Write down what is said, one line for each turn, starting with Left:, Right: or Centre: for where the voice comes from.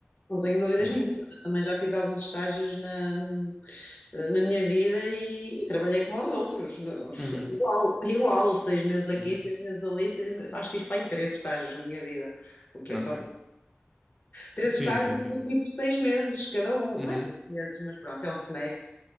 Left: Não tenho dúvidas
Centre: Yeah.
Left: nenhuma. Eu também já fiz alguns estágios na, na minha vida e, e trabalhei como os outros. Não,
Centre: Uhum,
Left: Igual, igual. Seis meses aqui,
Centre: uhum,
Left: seis meses ali, seis meses. Acho que fiz para aí três estágios na minha vida. O que é
Centre: ok.
Left: só. Três
Centre: Sim,
Left: estágios
Centre: sim, sim.
Left: do tipo seis meses cada um.
Centre: Uhum,
Left: Não é seis meses, mas pronto, é um semestre.